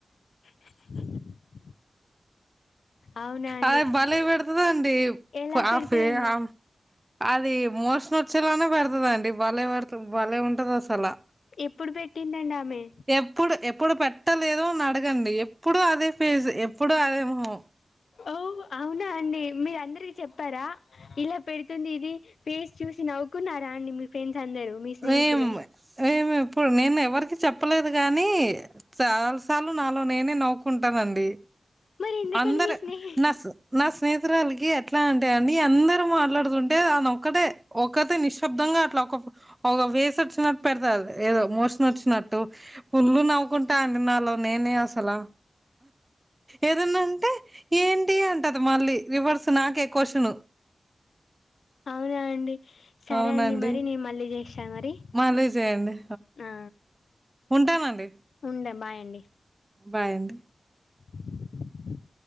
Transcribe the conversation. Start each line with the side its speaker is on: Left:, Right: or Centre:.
Left: <unintelligible> అవునా అండి
Right: అదే బలే
Left: ఎ
Right: పెడుతుదాండి
Left: ఎలా పెడుతదండి
Right: ఆఫేస్ ఆ.. అది మోసన్ వచ్చేలానే పెడుతుదండి బలే పడుతాది. బలే ఉంటది అసలు
Left: ఎప్పుడు పెట్టిందండి? ఆమె
Right: ఎప్పుడు ఎప్పుడు పెట్టలేదో అడుగు అడగండి. ఎప్పుడు అదే ఫేస్ ఎప్పుడు అదే మొహం.
Left: ఓవ్ అవునా అండి, మీరు అందరికి చెప్పారా? ఇలా పెడుతుంది ఇది ఫేస్ చూసి నవ్వుకున్నారా? అండి మీ ఫ్రెండ్స్ అందరూ మీ స్నేహితులు.
Right: మేం మేము ఇప్పుడు నేను ఎవరికి చెప్పలేదు గాని, చాలాసార్లు నాలో నేనే నవ్వుకుంటానండి.
Left: మరి ఎందుకని
Right: అందరూ
Left: మీ స్నేహి
Right: నస్ నస్.. స్నేహితురాలకి ఎట్లా అంటే అడి అందరూ మాట్లాడుతుంటే తను ఒక్కటే ఒక్కతే నిశ్శబ్దంగా అట్లా. <unintelligible> ఒక వేసి వచ్చినట్టు పెడతు ఏదో మోషన్ వచ్చినట్టు పుల్లు నవ్వుకుంటా అండి నాలో నేను. నేను అసలు.. ఏదన్నాంటే ఏంటి అంటది మళ్ళీ రివర్స్ నాకే క్వశ్చన్
Left: అవునా అండి. సరే
Right: అవునండి
Left: అండి మరి నేను మళ్ళీ చేస్తా మరి
Right: మళ్ళీ చేయండి
Left: ఆ.
Right: ఉంటానండి.
Left: ఉండండి. బై అండి.
Right: బాయ్ అండి.
Left: <inaudible>